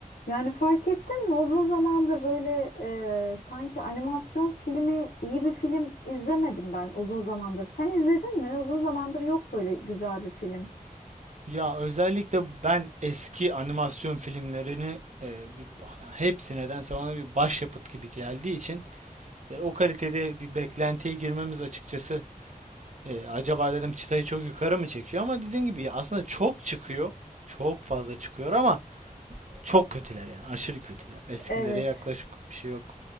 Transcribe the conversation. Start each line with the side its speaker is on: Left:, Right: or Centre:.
Left: Yani fark ettin mi? Uzun zamandır böyle e, sanki animasyon filmi, iyi bir film izlemedim ben uzun zamandır. Sen izledin mi? Uzun zamandır yok böyle güzel bir film.
Right: Ya özellikle ben eski animasyon filmlerini e, bir, ba- yani hepsi nedense bana bir başyapıt gibi geldiği için e, o kalitede bir beklentiye girmemiz açıkçası e, acaba dedim çıtayı çok yukarı mı çekiyor ama dediğin gibi ya aslında çok çıkıyor. Çok fazla çıkıyor ama çok kötüler yani aşırı kötüler. Eskilere
Left: Evet,
Right: yaklaşık bir şey yok.